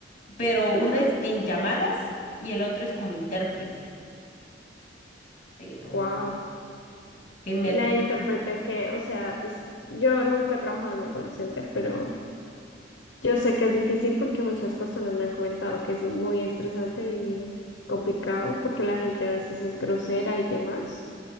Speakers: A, on the left; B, on the left.
A: pero uno
B: Ajá,
A: es en llamadas y el otro es como intérprete, pero
B: wow.
A: no. ¿Qué me
B: Y
A: aconsejan?
B: la interpreté que, o sea, pues yo nunca he trabajado en un call center, pero yo sé que es difícil porque muchas personas me han comentado que es muy estresante y complicado porque la gente a veces es grosera y demás.